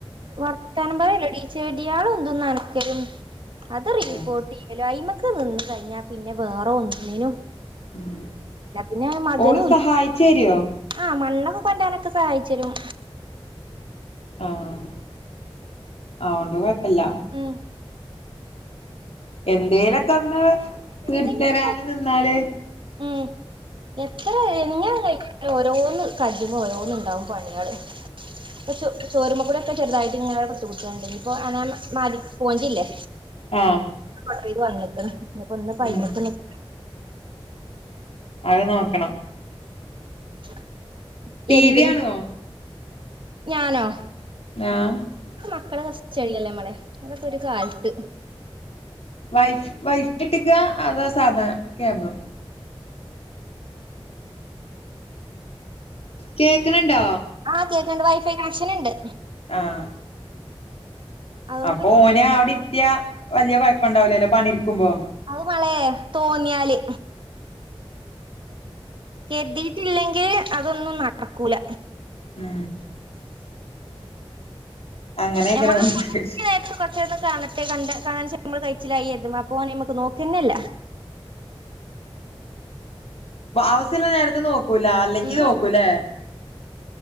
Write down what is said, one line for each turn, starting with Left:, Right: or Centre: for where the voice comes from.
Right: വർത്താനം പറയല്ലെടീ ചെടിയാള എന്തും നനക്കും അത് റീപ്പോർട്ട്
Left: ഉം
Right: ചെയ്യലോ അയി്മക്ക് നിന്ന കഴിഞ്ഞാ പിന്നെ വേറെ ഒന്നിനു
Left: ഉം
Right: പിന്നെ മകനും
Left: ഓള് സഹായിച്ചേരോ
Right: ആഹ് മണ്ണും കൊണ്ടാനൊക്കെ സഹായിച്ച് തരും
Left: ആഹ് അതോണ്ട് കുഴപ്പില്ല
Right: ഉം
Left: എന്തേലൊക്കെ ഒന്ന്
Right: എന്തെങ്കിലും
Left: തീർത്തരാന് നിന്നാല്
Right: ഉം എത്ര എങ്ങനെ കഴിക്ക ഓരോന്ന് കഴിയുമ്പോ ഓരോന്ന് ഇണ്ടാവും പണികള് <inaudible> ഇപ്പ ചോരുമ്മെ കൂടെ ഒക്കെ ചെറുതായിട്ട് ഇങ്ങനവിടെ കുത്ത് കുത്ത്ണ്ട് ഇപ്പോ അനമാ സ്പോഞ്ചില്ലേ
Left: ആഹ്
Right: സ്‌ക്രബർ വാങ്ങിയേക്കണ് ഇപ്പ ഇന്നിപ്പം
Left: ഉം
Right: അയ്മേക്ക്
Left: അത് നോക്കണം
Right: <inaudible>
Left: ടി
Right: എന്തെ
Left: വി കാണുവോ
Right: ഞാനോ
Left: <unintelligible>
Right: മക്കളെ <unintelligible> ല്ല്യല്ലൊമ്മളെ അതൊക്കെ ഒരു കാലത്ത്
Left: വൈഫ് വൈഫൈട്ടിക്ക അതോ സാദാ കേബിളോ കേക്ക്ണ് ണ്ടോ
Right: ആഹ് കേക്ക്ണ്ട് വൈഫൈ കണക്ഷൻ ഇണ്ട്
Left: ആഹ്
Right: അതുകൊണ്ട്
Left: അപ്പൊ
Right: പിന്നെ
Left: ഓനെ അവിടെ ഇരുത്തിയ വലിയ കൊയപ്പണ്ടാവുലല്ലോ പണി ഇട്ക്കുമ്പോ
Right: അത് മളേ തോന്നിയാല് കെരുതിയിട്ടില്ലെങ്കില് അതൊന്നും നടക്കൂല
Left: മ് അങ്ങനെയ്ക്കാരം
Right: ഞമ്മള്
Left: ഓൻക്ക്
Right: <unintelligible> നേരത്ത് <unintelligible> കാണട്ടെ കണ്ട കാണ്ച്ച നമ്മള് കയ്ച്ചിലായി കര്തും അപ്പൊ ഓന് അയ്മക്ക് നോക്കന്നെ ല്ല
Left: ആവസ്യം ഇള്ള നേരത്ത് നോക്കൂല അല്ലെങ്കി
Right: ഉം
Left: നോക്കലും ലേ